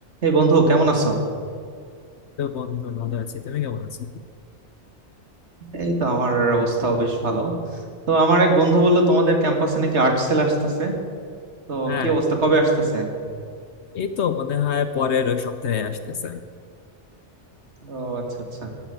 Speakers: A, on the right; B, on the left.
A: এই বন্ধু কেমন আছো
B: তো বন্ধু ভালো আছি তুমি কেমন আছো
A: এই তো আমার অবস্থাও বেশ ভালো তো আমার এক বন্ধু বললো তোমাদের ক্যাম্পাসে নাকি আর্ট সেল আসতেছে তো
B: হ্যাঁ
A: কি অবস্থা কবে আসতেছে
B: এই তো মনে হয় পরের ওই সপ্তাহে আসতেছে
A: ও আচ্ছা আচ্ছা